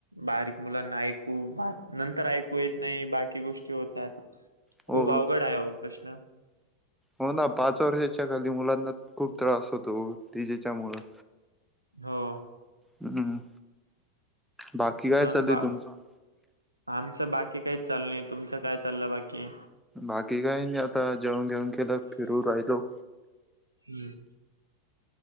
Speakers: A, on the right (about 80°); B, in the centre.
A: बारीक मुलांना ऐकू नंतर ऐकू येत नाही बाकी गोष्टी होतात. खूप
B: हो
A: अवघड आहे हो प्रश्न,
B: हो ना पाच वर्षाच्या खाली मुलांना खूप त्रास होतो डीजेच्या मुळं,
A: हो.
B: हम्म बाकी, काय
A: मग
B: चालू
A: बा
B: आहे तुमचं
A: आमचं बाकी काहीच चालु नाही, तुमचं काय चालं बाकी?
B: बाकी काही नाही आता जेवण घेऊन केलं फिरू राहिलो,
A: हम्म,